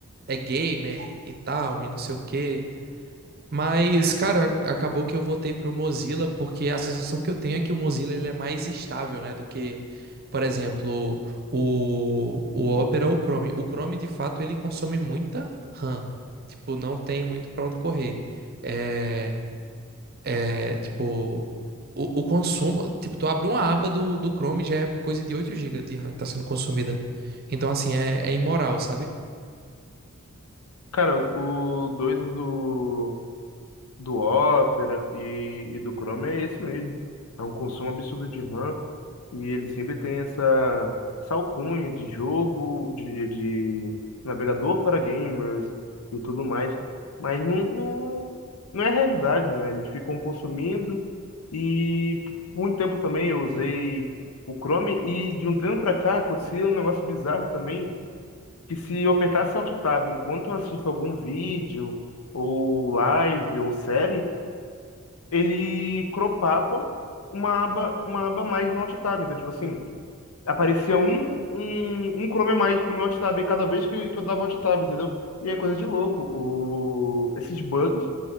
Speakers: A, on the right; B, on the left.
A: é gamer e tal, e não sei o quê. Mas, cara, acabou que eu voltei pro Mozilla porque a sensação que eu tenho é que o Mozilla ele é mais estável, né, do que, por exemplo, o, o Opera ou o Chrome. O Chrome, de fato, ele consome muita RAM. Tipo, não tem muito pra onde correr. É, é tipo, o, o consumo, tipo, tu abre uma aba do, do Chrome já é coisa de 8 gigas de RAM que tá sendo consumida. Então, assim, é, é imoral, sabe?
B: Cara, o doido do do Opera e, e do Chrome é isso mesmo. É um consumo absurdo de RAM e ele sempre tem essa, essa alcunha de jogo, de, de navegador para gamers e tudo mais. Mas não, não, não é realidade, né? Eles ficam consumindo e por muito tempo também eu usei o Chrome e de um tempo para cá acontecia um negócio bizarro também, que se eu apertasse Alt Tab enquanto eu assisto algum vídeo ou live ou série, ele cropava uma aba, uma aba a mais no alt tab. Então, tipo assim, aparecia um, um, um Chrome a mais no meu alt tab cada vez que, que eu dava alt tab, entendeu? E é coisa de louco. O, esses bugs